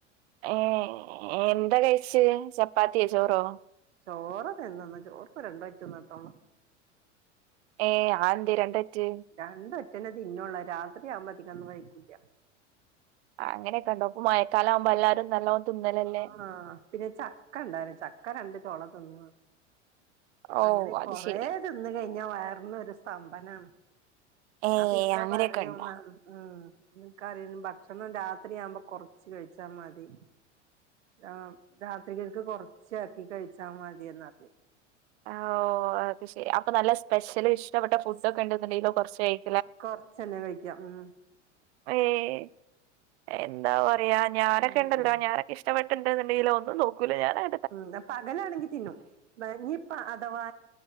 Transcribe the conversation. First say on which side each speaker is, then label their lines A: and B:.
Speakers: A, on the right (about 60°); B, on the right (about 70°).
A: ഏഹ് എ എന്താ കഴിച്ച് ചപ്പാത്തിയൊ ചോറോ
B: ചോറ് തിന്ന്ന്ന് ചോറ് ഇപ്പ രണ്ട വറ്റ് തിന്നിട്ടോള്ളു
A: ഏയ് ആഇന്ത് രണ്ടറ്റ്
B: രണ്ടറ്റന്നെ തിന്നുള്ളു രാത്രി ആവുമ്പോത്തേക്ക് അതിക്കൊന്നും കയിക്കുല്ല
A: ആഹ് അങ്ങനെക്കെയുണ്ടോ ഇപ്പ മയക്കാലം ആവുമ്പോ എല്ലാരും നല്ലോ തിന്നലല്ലെ
B: ആ പിന്നെ ചക്ക ഇണ്ടാര് ചക്ക രണ്ട് ചൊള തിന്ന്
A: ഓഹ്
B: അങ്ങനെ
A: അത്
B: കൊറെ
A: ശെരി
B: തിന്ന് കയിഞ്ഞാ വയറിനൊരു സ്തംഭനാണ്
A: ഏഹ്
B: അപ്പൊ ഇക്ക
A: അങ്ങനെയൊക്കെ
B: പറയും
A: ഉണ്ടോ
B: അഹ് ഉം നിക്കറയും ഭക്ഷണം രാത്രിയാവുമ്പോ കൊറ - ച്ച് കയിച്ച മതി ആഹ് രാത്രിക്കൊക്കെ കൊറച്ചാക്കി കയിച്ചാ മതിയെന്ന് പറയും
A: ആഹ് -ഓഹ് -അഹ് അത് ശരി അപ്പൊ നല്ല സ്പെഷ്യല് ഇഷ്ടപ്പെട്ട ഫുഡ് ഒക്കെ ഉണ്ടെന്നുണ്ടെങ്കിലോ കൊറച്ച് കയി-
B: കൊറച്ചന്നെ കഴിക്കാം ഉം
A: ഏഹ് എന്താ പറയാ ഞാനൊക്കെണ്ടല്ലോ
B: ഉം
A: ഞാനൊക്കെ ഇഷ്ടപ്പെട്ടണ്ട് എന്ന് ഇണ്ടെങ്കിലോ ഒന്നും നോക്കൂല ഞാന-
B: ഉം പകലാണെങ്കി തിന്നും വെ നീ അ അഥവാ